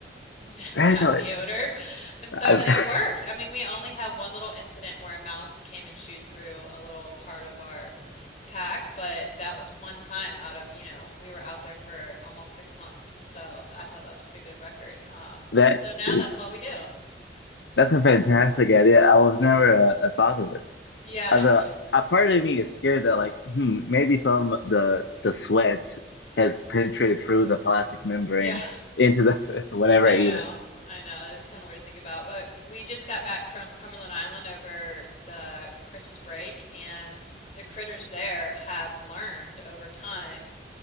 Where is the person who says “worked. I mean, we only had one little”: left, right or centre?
Left